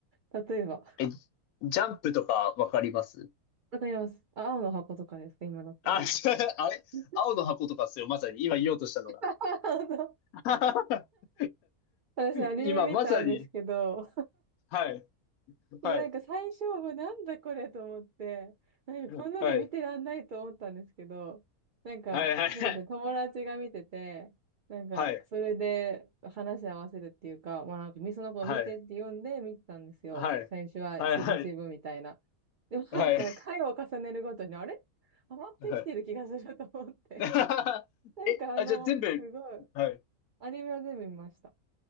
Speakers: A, on the right (about 75°); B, on the left (about 85°).
A: 例えば、
B: え、ジャンプとかわかります
A: わかります。あ青の箱とかですか今だったら。
B: あ、<laughs> 違う、あれ青の箱とかっすよ、
A: <laughs>
B: まさに。今言おうとしたのが。
A: 本当
B: <laughs>
A: 私、アニメ見たんですけど、
B: 今まさに。はい、
A: いや、
B: はい、
A: なんか最初はなんだこれと思って、なんかこんなの見てらんないと思ったんですけど、
B: はい、
A: なんか、
B: はい、はい、
A: そうですね、友達が見てて、なんか、
B: はい、
A: それで話し合わせるっていうか、まあなんか、みその子を見てって読んで見てたんですよ。
B: はい、はい、
A: 最初はしぶしぶみたいな。
B: はい、
A: でもなんか、
B: はい、はい。
A: 回を重ねるごとに、あれ余ってきてる気がすると思って。
B: はい <laughs>
A: なんかあの、
B: え、あ、じゃあ全部、
A: すごい、
B: はい。
A: アニメは全部見ました。